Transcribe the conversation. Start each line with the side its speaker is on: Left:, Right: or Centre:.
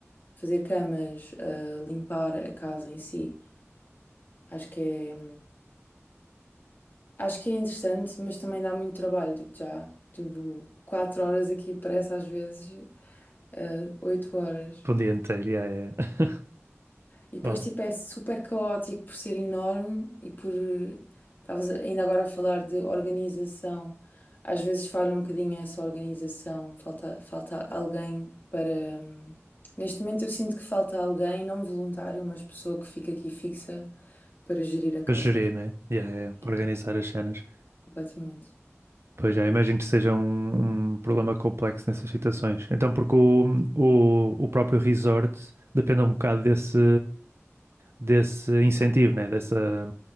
Left: fazer camas, ah, limpar a casa em si. Acho que é, acho que é interessante, mas também dá muito trabalho, digo já. Tipo, quatro horas aqui parece às vezes, ah, oito horas.
Right: Para um dia inteiro, yeah, yeah. yeah.
Left: E depois,
Right: <laughs> Bom,
Left: tipo, é super caótico por ser enorme e por. eh, Estavas ainda agora a falar de organização. Às vezes falha um bocadinho essa organização, falta, falta alguém para. hum, Neste momento eu sinto que falta alguém, não voluntário, mas pessoa que fica aqui fixa para gerir a casa.
Right: para gerir, né? Yeah, yeah. yeah. Para
Left: Yeah,
Right: organizar as cenas.
Left: completamente.
Right: Pois já, imagino que seja um, um problema complexo nessas situações. Então, porque o, o, o próprio resort depende um bocado desse, desse incentivo, né? Dessa,